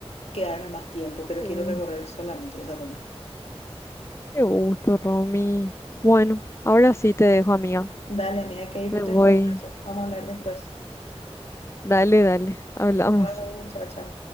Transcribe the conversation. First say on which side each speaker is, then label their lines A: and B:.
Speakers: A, on the left; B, on the left.
A: quedarme más tiempo, pero
B: Qué gusto,
A: quiero recorrer solamente esa zona.
B: qué gusto, Romy. Bueno, ahora sí te dejo, amiga.
A: Dale, amiga, que disfrutes
B: Me voy.
A: tu almuerzo. Vamos a hablar después.
B: Dale, dale. Hablamos.
A: Chao, chao, chao.